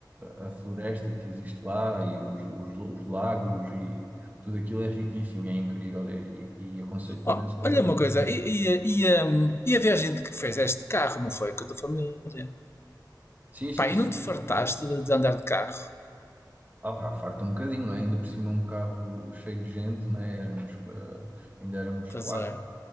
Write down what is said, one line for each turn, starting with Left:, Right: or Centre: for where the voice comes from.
Right: a, a floresta que existe lá e os, os- os lagos e tudo aquilo é riquíssimo e é incrível e, e aconselho
Left: Ó,
Right: imenso.
Left: olha
Right: a-
Left: uma coisa,
Right: fazer.
Left: e, e a- e a- e a viagem de que fizeste de carro, não foi? Com a tua família?
Right: Sim, sim,
Left: Pá, e
Right: sim.
Left: não te fartaste de, de andar de carro?
Right: Ah, pá, farta um bocadinho, não é? Ainda por cima um carro cheio de gente, não é? Éramos, eh, ainda éramos
Left: Pois
Right: quatro.
Left: é,